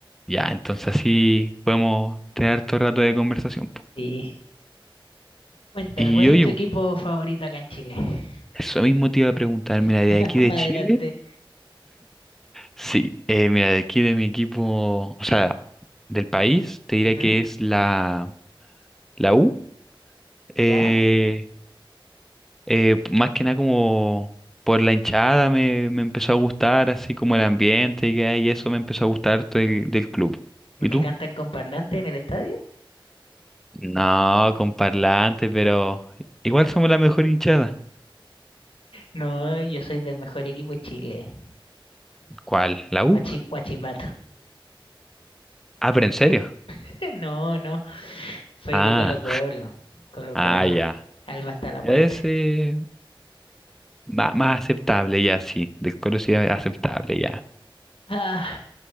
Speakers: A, in the centre; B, on the left.
A: Ya, entonces así podemos tener todo rato de conversación. po.
B: Sí. Cuéntame,
A: Y
B: ¿cuál es
A: oye,
B: tu equipo favorito acá en Chile?
A: eso mismo te iba a preguntar, mira,
B: <laughs>
A: de aquí de
B: Más
A: Chile,
B: adelante.
A: sí, eh, mira, de aquí de mi equipo, o sea, del país, te diré
B: Ujú,
A: que es la, la U. eh,
B: ¿Ya?
A: eh, más que nada como por la hinchada me, me empezó a gustar, así como el ambiente y, que hay, y eso me empezó a gustar harto del, del club.
B: ¿Porque
A: ¿Y tú?
B: cantan con parlante en el estadio?
A: No, con parlante, pero igual somos la mejor hinchada.
B: No, yo soy del mejor equipo de Chile.
A: ¿Cuál? ¿La U?
B: Guachi- Guachipato.
A: Ah, pero en serio.
B: <laughs> No, no. Soy
A: Ah,
B: de Colo Colo. Colo
A: ah,
B: Colo.
A: ya.
B: Alba hasta la
A: Ya
B: muerte.
A: es eh, ma- más, aceptable, ya sí. Del coro sí es aceptable, ya.
B: Ah,